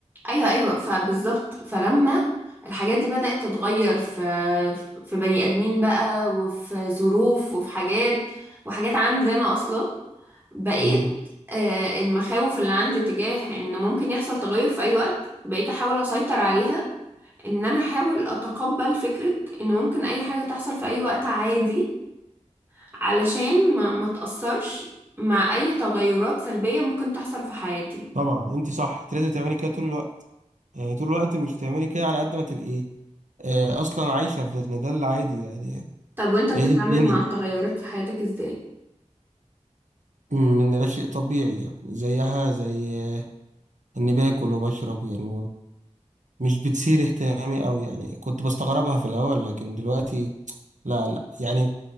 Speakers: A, on the right; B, on the right.
A: ايوه ايوه فبالظبط فلما الحاجات دي بدأت تتغير في في بني ادمين بقى وفي ظروف وفي حاجات وحاجات عندي انا اصلا بقيت
B: مم.
A: آه، المخاوف اللي عندي تجاه ان ممكن يحصل تغير في اي وقت بقيت احاول اسيطر عليها ان انا احاول اتقبل فكرة ان ممكن اي حاجة تحصل في اي وقت عادي علشان ما ما تأثرش مع اي تغيرات سلبية ممكن تحصل في حياتي
B: طبعا انت صح انت لازم تعملي كده طول الوقت يعني طول الوقت مش تعملي كده على قد ما تبقي آه، اصلا عايشة في ده ده العادي يعني
A: طب وانت بتتعامل
B: هي دي الدنيا
A: مع التغيرات في حياتك ازاي؟
B: مم، ان ده شيء طبيعي يعني زيها زي آه، اني باكل وبشرب يعني مش بتثير اهتمامي أوي يعني كنت بستغربها في الأول لكن دلوقتي لا لا يعني